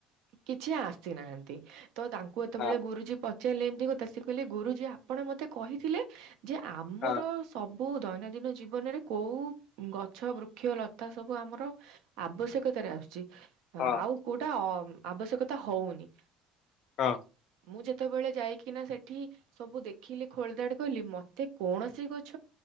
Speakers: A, on the right (about 75°); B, on the left (about 60°).
A: କିଛି ଆସିନାହାନ୍ତି। ତ ତାଙ୍କୁ ଏତେବେଳେ
B: ହଁ
A: ଗୁରୁଜୀ ପ ଚାରିଲେ ଏମତି କଥାସେ କହିଲେ ଗୁରୁଜୀ ଆପଣ ମତେ କହିଥିଲେ ଯେ ଆମର
B: ହଁ
A: ସବୁ କୋଉ ଦୈନନ୍ଦିନ ଜୀବନରେ କୋଉ ଗଛ ବୃକ୍ଷ ଲତା ସବୁ ଆମର ଆବଶ୍ୟକତାରେ ଆସୁଛି।
B: ହଁ
A: ଆଉ କୋଉଟା ଆବଶ୍ୟକତା ହଉନି।
B: ହଁ।
A: ମୁଁ ଯେତେବେଳେ ଯାଇକିନା ସେଠି ସବୁ ଦେଖିଲି ଖୋଳଧାଡ କଲି ମତେ କୌଣସି ଗଛ